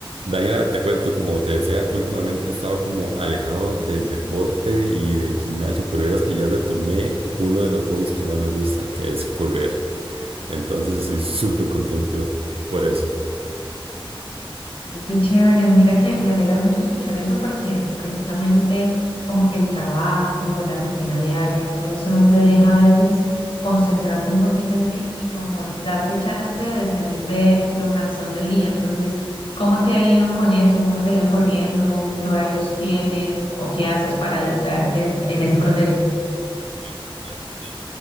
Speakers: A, on the right; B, on the left.
A: Daniela, te cuento, como te decía, últimamente he estado como alejado del deporte y del gimnasio, pero vieras que ya retomé uno de los hobbies que más me gusta, que es correr. Entonces estoy súper contento por eso.
B: Qué chévere, mira que me alegra mucho escuchar eso porque precisamente como que el trabajo, la rutina diaria, todo eso no te deja a veces concentrarte un poquito en ti y como darte chance de salir de lo cansón del día. Entonces, ¿cómo te ha ido con eso? ¿Cómo te ha ido corriendo? ¿Qué horarios tienes o qué haces para distraerte des- en ese proceso?
A: Bueno, mira, te